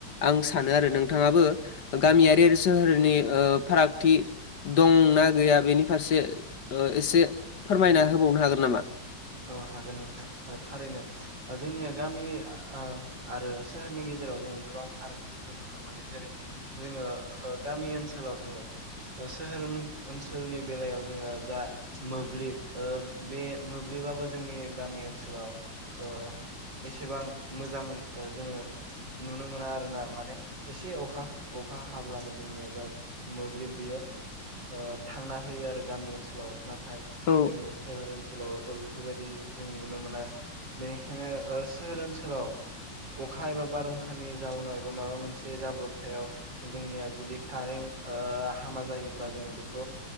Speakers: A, on the left; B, on the right.
A: आं सा सानो आरो नोंथाङाबो गामियारि
B: नंगौ नंगौ
A: सोहोरनि ओ फारागथि। दं ना गैया बेनि फारसे ओ एसे फोरमायना होबावनो हागोन नामा?
B: औ हागोन नोंथां ओ थारैनो ओ जोंनिया ओ गामि ओम आरो सोहोरनि गेजेराव। जेराव जोङो गोबां फारागथिफोर नुनो मोनो जेरै जोङो ओ गामि ओनसोलाव जोङो। ओ सोहोर ओनसोलनि बेलायाव जोङो जा मोब्लिब ओ बे। मोब्लिबाबो जोंनि गामि ओनसोलाव ओ। एसेबां मोजां जोङो नुनो मोना आरो ना माने एसे अखा अखा। अखा हाब्लानो जोंनिया जा मोब्लिब बियो ओ थांना होयो आरो गामि ओनसोलाव। नाथाय
A: औ
B: जोंनि सोहोर ओनसोलाव। अ बेफोरबायाददि जों नुनो मोना बेनिखायनो ओ सोहोर ओनसोलाव। अखा एबा बारहुंखानि जाउनाव एबा माबा मोनसे जाब्रबथायाव जोंनिया जुदि कारेन्ट। ओ हामा जायोब्ला जोङो बेखौ।